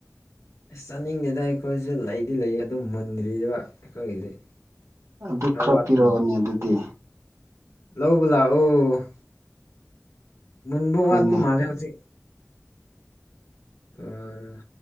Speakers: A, on the left; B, on the right.
A: ꯑꯁ ꯆꯥꯅꯤꯡꯗꯦꯗ ꯑꯩꯈꯣꯏꯁꯨ ꯂꯩꯗꯤ ꯂꯩ ꯑꯗꯨ ꯃꯨꯟꯗ꯭ꯔꯤꯕ ꯑꯩꯈꯣꯏꯒꯤꯗꯤ
B: ꯑꯗꯨ ꯈꯔ
A: ꯋꯥꯠꯄ
B: ꯄꯤꯔꯛꯑꯣꯅꯦ
A: ꯃꯥꯜꯂꯦ
B: ꯑꯗꯨꯗꯤ
A: ꯂꯧꯕ ꯂꯥꯛꯑꯣ ꯃꯨꯟꯕ
B: ꯍꯣꯏꯅꯦ
A: ꯋꯥꯠꯄ ꯃꯥꯜꯂꯦ ꯍꯧꯖꯤꯛ ꯎꯟ